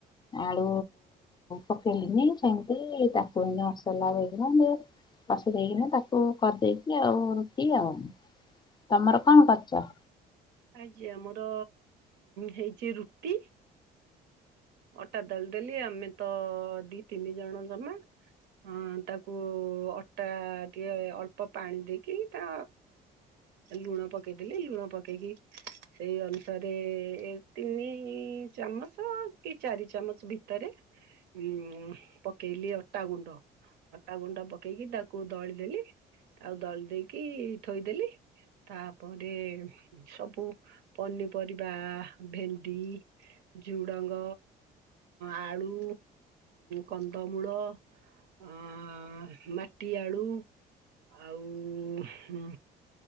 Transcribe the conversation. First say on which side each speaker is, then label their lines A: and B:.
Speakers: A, on the left; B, on the right.
A: ଆଳୁ। ପକେଇଲିନି ସେମିତି ତାକୁ ଏମତି ମସଲା ଗୋଳେଇକିନା। କଶି ଦେଇକିନା ତାକୁ କରିଦେଇକି ଆଉ ରୁଟି ଆଉ। ତମର କଣ କରିଚ।
B: ଆଜି ଆମର ହେଇଛି ରୁଟି। ଅଟା ଦଳି ଦେଲି ଆମେ ତ ଦି ତିନି ଜଣ ଜମା। ଅ ତାକୁ ଅଟା ଟିକେ ଅଳ୍ପ ପାଣି ଦେଇକି ତା। ଲୁଣ ପକେଇଦେଲି ଲୁଣ ପକେଇକି ସେଇ ଅନୁସାରେ ତିନି। ଚାମଚ। ଚ କି ଚାରି ଚାମଚ ଭିତରେ ଉଁ ପକେଇଲି ଅଟା ଗୁଣ୍ଡ। ଅଟା ଗୁଣ୍ଡ ପକେଇକି ତାକୁ ଦଳିବଦେଲି ଆଉ ଦଳି ଦେଇକି ଥୋଇଦେଲି। ତାପରେ ସବୁ ପନିପରିବା ଭେଣ୍ଡି। ଝୁଡ଼ଙ୍ଗ ଆଳୁ କନ୍ଦମୂଳ। ଆ ମାଟି ଆଳୁ। ଆଉ ହୁଁ